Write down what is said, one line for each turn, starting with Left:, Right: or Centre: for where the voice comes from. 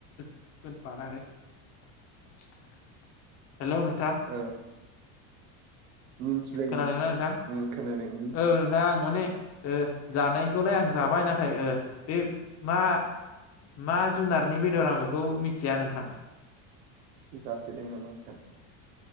Left: <unintelligible> हेल' नोंथां।
Right: ओ मिन्थिलायि
Left: खोनादोंना नोंथां?
Right: उम खोनादों मिन
Left: औ नोंथां आं माने ओ जानायखौलाय आं जाबाय नाथाय ओ बे मा मा जुनारनि बेदर आं बेखौ मिथिया नोंथां।
Right: जासोदों नामा नोंथा?